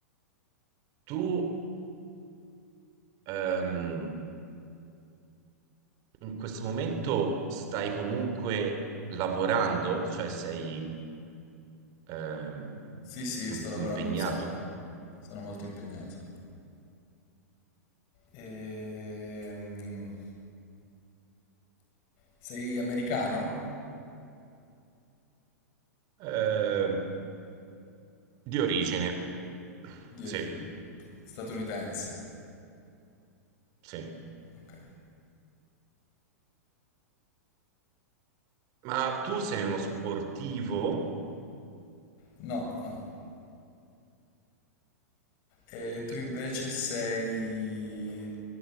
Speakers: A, on the right (about 45°); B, on the left (about 45°).
A: tu ehm, in questo momento stai comunque lavorando, cioè sei ehm,
B: Sì, sì,
A: in-
B: sto lavorando
A: impegnato?
B: un sacco. Sono molto impegnato. Ehm, Sei americano?
A: Ehm, di origine,
B: Di
A: sì,
B: origine. Statunitense.
A: sì.
B: Ok.
A: Ma tu sei uno sportivo?
B: No, no. E tu
A: Che-
B: invece sei...